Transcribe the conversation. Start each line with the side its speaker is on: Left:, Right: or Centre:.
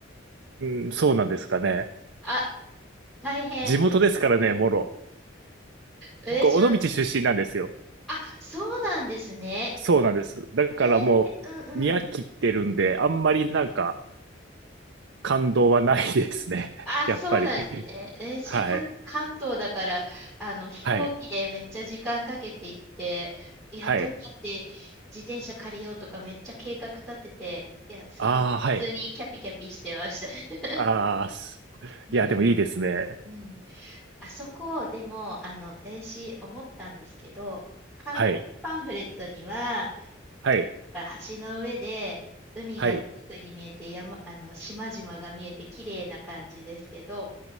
Right: うん、そうなんですかね。
Centre: あ、大変。
Right: 地元ですからね、
Centre: <laughs>
Right: もろ。
Centre: 私は、
Right: 僕、尾道出身なんですよ。
Centre: あ、そうなんですね。
Right: そうなんです。だからもう、
Centre: えー、うんうん。
Right: 見飽きてるんで、あんまりなんか感動はないですね。<laughs>
Centre: あ、
Right: やっぱり。
Centre: そうなんですね。えーし、
Right: はい。
Centre: 関、関東だから、あの、飛行機でめっちゃ時間かけて行って、
Right: はい。
Centre: いや、
Right: はい。
Centre: どうやって自転車借りようとかめっちゃ計画立てて、いや、すいません。
Right: ああ、
Centre: 普通にキャピキャピしてました。
Right: はい。
Centre: <laughs>
Right: ああ、すいや、
Centre: うん。
Right: でもいいですね。
Centre: うん。あそこ、でも、あの、えーし、思ったんですけど、観光パンフレットには、
Right: はい。はい。
Centre: が橋の上で、海が遠くに見えて、
Right: はい。
Centre: 山、あの、島々が見えて、綺麗な感じですけど、